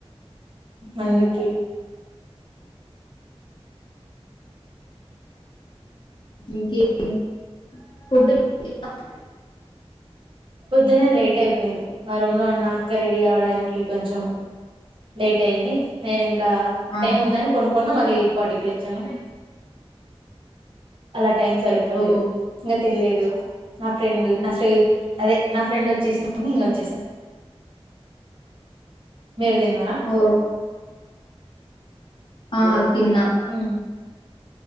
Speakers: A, on the right (about 55°); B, on the left (about 50°).
A: అందుకే
B: ఇకే టి పొద్దున తిన్నావా
A: పొద్దునే లేట్ అయిపోయింది మా రూమ్ లో ఉన్న అక్క రెడీ అవడానికి కొంచెం లేేట్ అయింది నేను ఇంకా
B: ఆ
A: టైమ్ ఉందని పనుకున్నా మళ్ళీ ఈపాటికి లేచాను అలా టైం సరిపోలేదు
B: ఓ
A: ఇంకా తినలేదు నా ఫ్రెండ్ నా శ్రే అదే నా ఫ్రెండ్ వచ్చేసింది ఇక వచ్చేసాను మీరు తిన్నారా
B: ఓ ఆ తిన్నా
A: హ